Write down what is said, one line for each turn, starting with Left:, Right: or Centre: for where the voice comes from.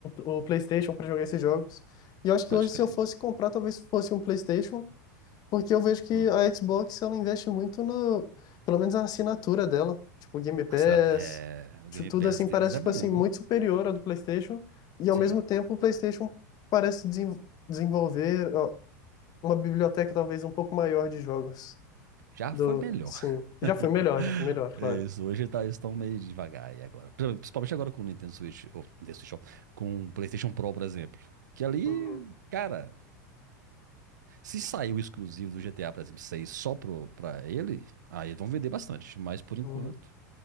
Left: o, o PlayStation para jogar esses jogos. E eu acho que
Right: Pode
Left: hoje
Right: crer.
Left: se eu fosse comprar, talvez fosse um PlayStation porque eu vejo que
Right: Hum.
Left: a Xbox ela investe muito no, pelo menos a assinatura dela, tipo Game Pass,
Right: Ah, será, é, o
Left: tu-
Right: Game
Left: tudo
Right: Pass
Left: assim
Right: deles
Left: parece
Right: é
Left: tipo
Right: bom,
Left: assim
Right: viu?
Left: muito superior à do PlayStation e ao
Right: Sim,
Left: mesmo tempo o PlayStation parece desen- desenvolver ó, uma biblioteca talvez um pouco maior de jogos
Right: já
Left: do,
Right: foi melhor.
Left: sim, já
Right: <laughs>
Left: foi melhor, já foi melhor, claro.
Right: Isso, hoje tá, eles estão meio devagar aí agora. Pri- Principalmente agora com o Nintendo Switch, ou Nintendo Switch, ó, com o PlayStation Pro, por exemplo. Que ali,
Left: Uhum,
Right: cara, se sair o exclusivo do GTA, por exemplo, 6 só pro, pra ele, aí eles vão vender bastante. Mas por enquanto,
Left: uhum.